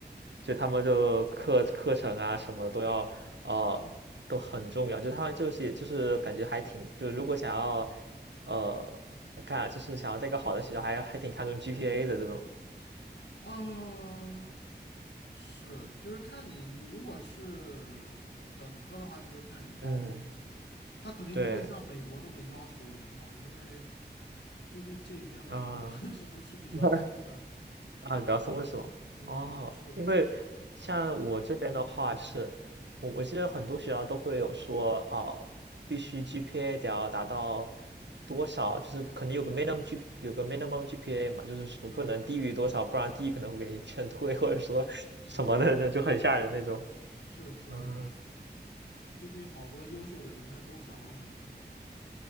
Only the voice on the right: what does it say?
就他们就课课程啊什么都要，呃，都很重要。就他们就是就是感觉还挺，就如果想要，呃，干就是想要在一个好的学校还还挺看重 GPA 的这种。
嗯，
对，
啊、
<laughs> 啊，比较松的是吗？
哦，
因为像我这边的话是，我我记得很多学校都会有说啊，必须 GPA 得要达到多少，就是肯定有个 minimum G 有个 minimum GPA 嘛，就是说不能低于多少，
不然低于可能会给你劝退，或者说什么的，
那就很吓人那种。
嗯